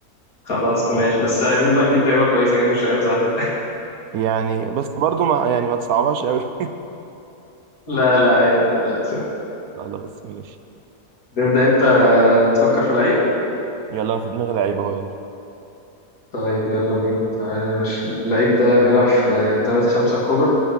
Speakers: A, on the left; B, on the right.
A: خلاص ماشي بس عايزين بقى نجيب لعيبة كويسة كان نجيب لعيبة سهلة
B: يعني بس برضو ما يعني ما تصعبهاش قوي <laughs>
A: لا لا يا ده لا شوف.
B: خلاص ماشي
A: تبدأ
B: يلا
A: انت تفكر في لعيب
B: يلا، انا في دماغي لعيب اهو يلا
A: طيب يلا بينا تعالى يا باشا اللعيب ده بيلعب في الدوري الخمسة الكبرى